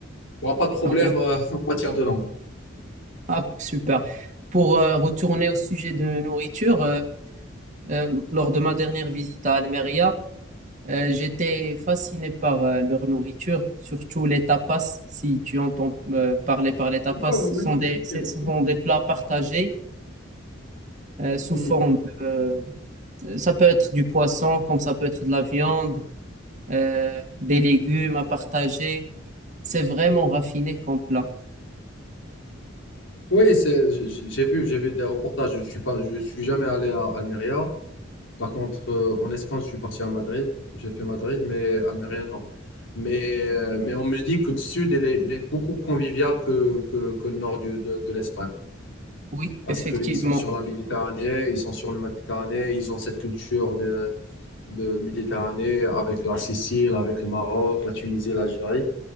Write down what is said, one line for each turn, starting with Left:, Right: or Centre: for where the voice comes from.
Left: n'auras pas de problème
Right: Ah, oui.
Left: euh, <laughs> en matière de langue.
Right: Ah, super. Pour euh, retourner au sujet de nourriture, euh, euh, lors de ma dernière visite à Almeria, euh, j'étais fasciné par euh, leur nourriture, surtout les tapas. Si tu entends euh, parler par les tapas,
Left: Oh,
Right: ce
Left: oui,
Right: sont des,
Left: effectivement.
Right: ce sont des plats partagés euh, sous
Left: Hmm.
Right: forme de, euh, Ça peut être du poisson, comme ça peut être de la viande, euh, des légumes à partager. C'est vraiment raffiné comme plat.
Left: Oui, c'est, j- j- j'ai vu, j'ai vu des reportages. Je suis pas, je suis jamais allé à Almeria, Par contre, euh, en Espagne, je suis parti à Madrid. J'ai fait Madrid, mais Almeria, non. Mais, euh, mais on me dit que le sud, il est, il est beaucoup convivial que, que, que le nord du- de, de l'Espagne.
Right: Oui,
Left: Parce
Right: effectivement.
Left: qu'ils sont sur la Méditerranée, ils sont sur le Méditerranée, ils ont cette culture de, de Méditerranée avec la Sicile, avec le Maroc, la Tunisie, l'Algérie.